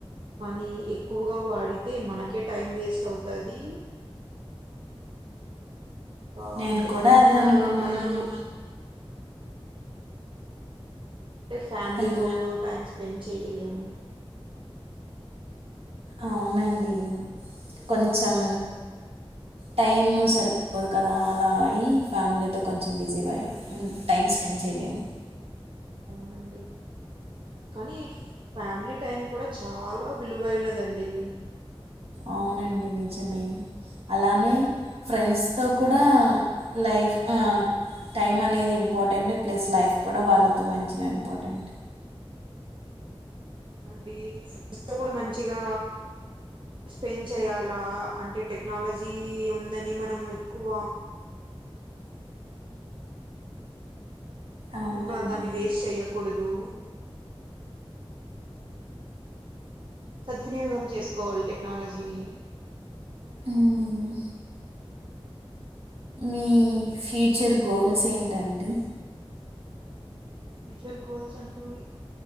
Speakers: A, on the right; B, on the right.
A: కానీ ఎక్కువగా వాడితే మనకే టైం వేస్ట్ అవుతాది. మరి ఇంకా
B: నేను
A: అదే
B: కూడా
A: మా
B: అనుకున్నానండి
A: మనకు అంటే ఫ్యామిలీతో
B: హలో
A: టైం స్పెండ్ చేయలేము.
B: అవునండి కొంచెం టైమ్ సరిపోదు కదా అలా అయి ఫ్యామిలీతో కొంచెం బిజీగా అయి మ్ టైమ్ స్పెండ్ చేయలేము.
A: హ్మ్. అవునండి. కానీ ఫ్యామిలీ టైం కూడా చాలా విలువైనదండి.
B: అవునండి నిజమే అలానే ఫ్రెండ్స్ తో కూడా లైఫ్ ఆ టైం అనేది ఇంపార్టెంట్ ప్లస్ లైఫ్ కూడా వాళ్ళతో మంచిగా ఇంపార్టెంట్
A: అవుఅండి ఇంత కూడా మంచిగా స్పెండ్ చేయాలా అంటే టెక్నాలజీ ఉందని మనం ఎక్కువ
B: అవునండి.
A: వ దాన్ని వేస్ట్ చెయ్యకూడదు. సద్వినియోగం చేసుకోవాలి టెక్నాలజీని
B: హ్మ్. మీ ఫ్యూచర్ గోల్స్ ఏంటంటే?
A: మా ఫ్యూచర్ గోల్స్ అంటంటూ